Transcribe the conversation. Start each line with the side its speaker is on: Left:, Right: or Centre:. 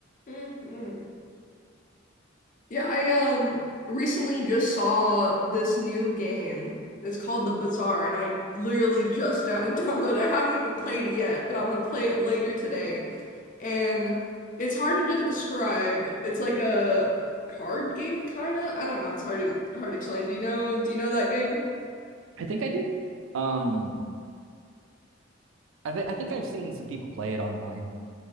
Left: Mm-hmm. Yeah, I um recently just saw this new game. It's called The Bazaar, and I literally just down <laughs> downloaded. I haven't even played it yet, but I'm gonna play it later today. and it's hard to describe. It's like a card game, kind of. I don't know. It's hard to hard to explain. Do you know? Do you know that game?
Right: i think i do um i, th- I think i've seen some people play it online